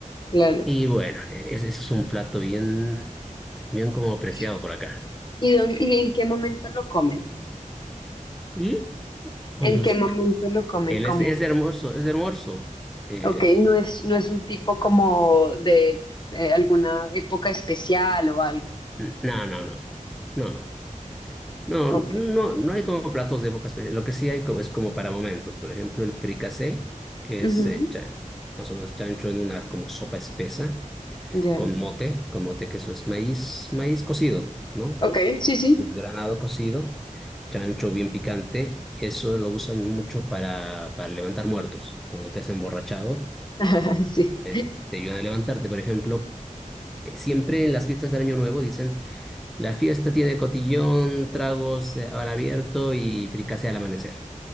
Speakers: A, on the left; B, in the centre.
A: claro.
B: Y bueno, e- ese ese es un plato bien, bien como apreciado
A: ¿Y,
B: por acá.
A: y, dónde- y en qué momento lo comen?
B: Y cuando
A: ¿En qué
B: es-
A: momento lo comen?
B: él
A: Como,
B: es, es hermoso, es hermoso. Eh,
A: ok, no es, no es un tipo como de eh, alguna época especial o algo.
B: n- no, no, no, no, no,
A: Ok.
B: no, no hay como platos de época espe- Lo que sí hay co- es como para momentos. Por ejemplo, el fricasé, que
A: Ujú,
B: es eh, chan- más o menos chancho en una como sopa espesa
A: Ya.
B: con mote, con mote que eso es maíz, maíz cocido, ¿no?
A: Ok, sí, sí.
B: Desgranado cocido, chancho bien picante, eso lo usan mucho para, para levantar muertos. Cuando te has emborrachado,
A: <laughs> Sí.
B: eh, te ayudan a levantarte, por ejemplo. eh, Siempre en las fiestas del Año Nuevo dicen, la fiesta tiene cotillón, tragos eh, al abierto y fricase al amanecer.